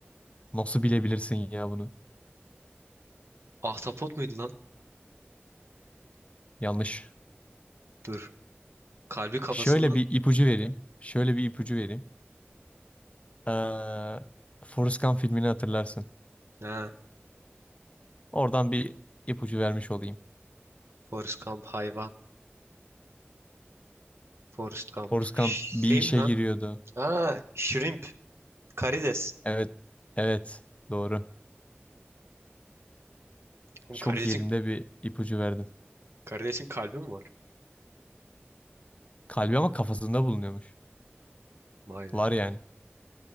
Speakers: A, on the left; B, on the right.
A: Nasıl bilebilirsin ya bunu?
B: Ahtapot muydu lan?
A: Yanlış.
B: Dur. Kalbi kafasından.
A: Şöyle bir ipucu vereyim. Şöyle bir ipucu vereyim. Ee, Forrest Gump filmini hatırlarsın.
B: Ha.
A: Oradan bir ipucu vermiş olayım.
B: Forrest Gump hayvan. Forrest Gump.
A: Forrest
B: Şey
A: Gump bir işe
B: mi lan?
A: giriyordu.
B: Ha. Shrimp. Karides.
A: Evet. Evet. Doğru.
B: Oğlum
A: Çok
B: karidesin,
A: yerinde bir ipucu verdim.
B: karidesin kalbi mi var?
A: Kalbi ama kafasında bulunuyormuş.
B: Vay be.
A: Var yani.